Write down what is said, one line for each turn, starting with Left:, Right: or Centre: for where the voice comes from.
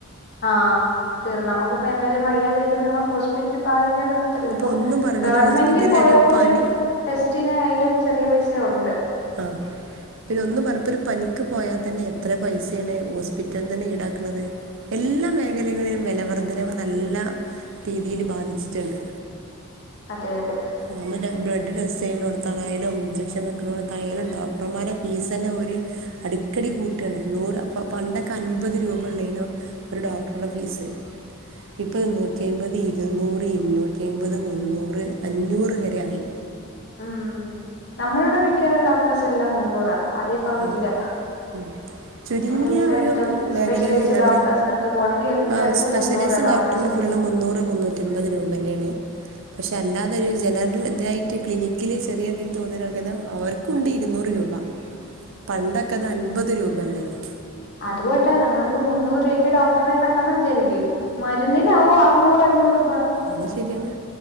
Left: ആഹ് തീർന്നമ്മ്ക്ക് അപ്പ എന്താലും വയ്യാതിരിക്കുമൊങ ഹോസ്പിറ്റല് പോവാതിരിക്കാൻ മ തൽപ്പം
Right: അപ്പോൾ ഒന്നും പറയണ്ട
Left: ഗവൺമെന്റ്
Right: ഒരു ഹോസ്പിറ്റലിൽ
Left: പോയാ
Right: ഒരു
Left: പോലും
Right: പനി
Left: ടെസ്റ്റിനായാലും ചെറിയ പൈസ ഒണ്ട്
Right: ആ പിന്നെ ഒന്ന് പലപ്പൊരു പനിക്ക് പോയാൽ തന്നെ എത്ര പൈസേണ് ഹോസ്പിറ്റല് തന്നെ ഈടാക്കണത്. എല്ലാ മേഖലകളിലും വെലവർധനവ് നല്ല രീതിയില് ബാധിച്ചിട്ട്ണ്ട്
Left: അതെ അതെ
Right: നമ്മ്ട ബ്ലഡ് ടെസ്റ്റ് ചെയ്യ്ണോടുത്തായാലും ഇഞ്ചെക്ഷൻ വെക്ക്ണോടുത്തായാലും ഡോക്ടർമാരെ ഫീസന്നെ ഒരു അടിക്കടി കൂട്ടാണ് നൂറ് അപ്പപ്പ പണ്ടൊക്കെ അൻപത് രൂപ ഉള്ളയ്നോ ഒരു ഡോക്ടറ്ടെ ഫീസ് ഇപ്പത് നൂറ്റി അമ്പത്, ഇരുന്നൂറ്, ഇരുന്നൂറ്റി അമ്പത്, മുന്നൂറ് അഞ്ഞൂറ് വരെ ആയി
Left: ഉം നമ്മളുടെ മിക്കവാറും ഡോക്ടേഴ്സ് എല്ലാം മുന്നൂറാ അതിൽ കുറവില്ല
Right: ആഹ് മ് ചുരുങ്ങിയ
Left: ഇവിടെ എല്ലായിടത്തും
Right: ഒരു മേഖലകളിലുള്ളവര്
Left: സ്പെഷ്യലൈസ്ഡ് ഡോക്ടേഴ്സിന് അടുത്ത് പോകണമെങ്കിൽ എല്ലായിടത്തും
Right: ആ സ്പെഷ്യലൈസ്
Left: മുന്നൂറാ ഡോക്ടേഴ്സ്
Right: ഡോക്ടറിന്
Left: ഫീസ്
Right: ഫുള്ളും മുന്നൂറ് മുന്നൂറ്റൻപത് രൂപന്ന ആണ് പക്ഷെ അല്ലാതൊരു ജനറൽ ഇതായിട്ട് ക്ലിനിക്കില് ചെറിയ എന്തെ <unintelligible> അവർക്കുണ്ട് ഇരുന്നൂറ് രൂപ പണ്ടക്ക അത് അൻപത് രൂപ അല്ലേര്ന്നാ
Left: അത് പോട്ടെ നമ്മളിപ്പം മുന്നൂറുരേക്ക് ഡോക്ടറെ കണ്ടെന്ന് വിചാരിക്ക് മരുന്നിനാവും അറുന്നൂറ് അഞ്ഞൂറും അപ്പ
Right: അത് ശരിയാണ്